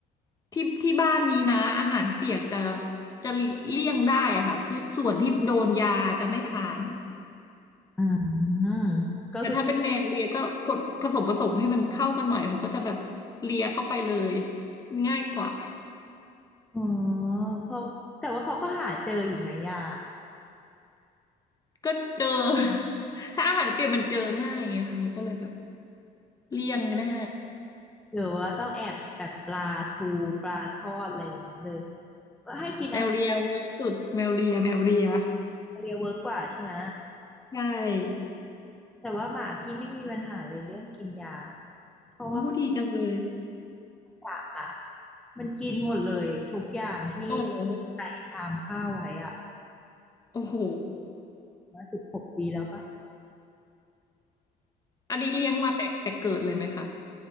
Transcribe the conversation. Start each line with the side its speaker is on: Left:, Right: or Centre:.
Left: ที่ที่บ้านนี้นะอาหารเปียกจะจะเลี่ยงได้อะค่ะคือส่วนที่โดนยาจะไม่ทาน
Centre: อืมก็คือ
Left: แต่ถ้าเป็นแมวเลียก็กดผสมผสมให้มันเข้ากันหน่อยเขาก็จะแบบเลียเข้าไปเลยง่ายกว่า
Centre: อ๋อเพราะแต่ว่าเขาก็หาเจออีกไหมย่า
Left: ก็เจอ <laughs> ถ้าอาหารเปียกมันเจอง่ายไงค่ะเขาก็เลยแบบเลี่ยงได้
Centre: หรือว่าต้องแอบแบบปลาทูปลาทอดอะไรอย่างนี้เลยให้กินอาหาร
Left: แมวเลียเวิร์กสุดแมวเลียแมวเลีย
Centre: ทะเลเวิร์กกว่าใช่ไหม
Left: ใช่
Centre: แต่ว่าหมาพี่ไม่มีปัญหาเลยเรื่องกินยาเพราะว่า
Left: โอ้ดีจังเลย
Centre: กะอ่ะมันกินหมดเลยทุกอย่างที่
Left: โอ้โห
Centre: ใส่ชามข้าวไว้อ่ะ
Left: โอ้โห
Centre: มาสิบหกปีแล้วปะ
Left: อันนี้เลี้ยงมาแต่แต่เกิดเลยไหมคะ